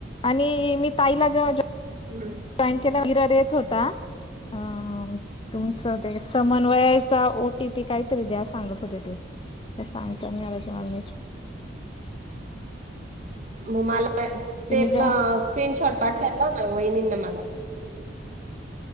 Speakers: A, on the left; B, on the right.
A: आणि मी ताईला जेव्हा
B: हम्
A: जॉईन केल्या विरार येत होता अ तुमचं ते समन्वयाचा ओ टीपी काही तरी द्या सांगत होते ते त्या सांगता नाही आला ते मला मी
B: मग मला
A: तिने
B: ते
A: जेव्हा
B: स्क्रीनशॉट पाठवायला लाव ना वहिणींना मला